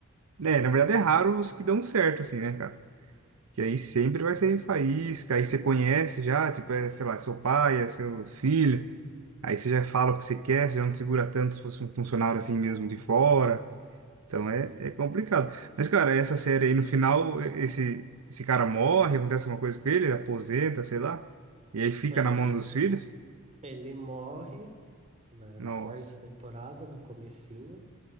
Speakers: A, on the right; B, on the right.
A: né? Na verdade é raro os que dão certo, assim, né, cara? Que aí sempre vai ser faísca, aí você conhece já, tipo, é, sei lá, seu pai, é seu filho, aí você já fala o que você quer, você já não segura tanto se fosse um funcionário assim mesmo de fora. Então
B: Sim.
A: é, é complicado. Mas, cara, essa série aí, no final, e- esse, esse cara morre, acontece alguma coisa com ele, ele aposenta, sei lá, e aí fica
B: É,
A: na mão
B: ele
A: dos filhos.
B: Ele morre na
A: Nossa,
B: quarta temporada, no comecinho,